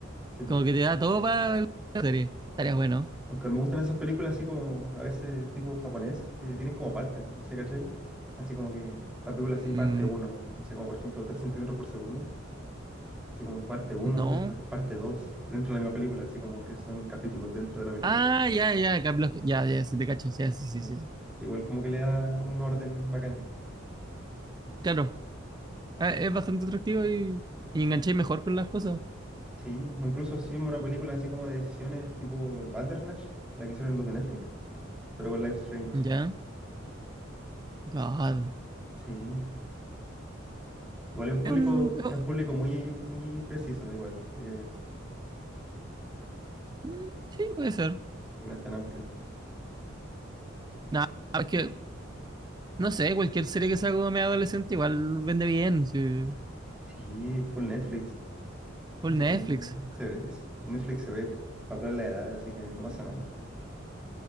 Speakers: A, in the centre; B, on the right.
A: Sí, po.
B: como que te da todo para la serie. Estaría bueno.
A: Aunque me gustan esas películas así como a veces tipo japonés, que tienen como partes, no sé, ¿cachai? Así como que la película así parte
B: Mm,
A: uno, no sé, como por ejemplo 3 centímetros por segundo. Así como que parte uno,
B: no.
A: después parte 2 dentro de la misma película, así como que son capítulos dentro de la película.
B: Ah, ya, ya, cap- los- ya, ya, si te cachas, ya, sí,
A: Sí,
B: sí, sí.
A: sí, igual como que le da un orden bacán.
B: Claro, Ah, es bastante atractivo y, y engancháis mejor con las cosas.
A: Sí, o incluso hicimos una película así como de decisiones tipo el Bandersnatch, la que hicieron los de Netflix, pero con Life is Strange.
B: Ya, God.
A: Sí, igual es un público,
B: Es un- es-
A: es un público muy, muy preciso, igual, diría yo.
B: mm, sí, puede ser.
A: Sí, no es tan amplio.
B: Nah, es que, no sé, cualquier serie que salga medio adolescente igual vende bien. sí.
A: Sí, full Netflix.
B: Por
A: Así
B: Netflix.
A: como que se ve, es- Netflix se ve para todas las edades, así que no pasa nada.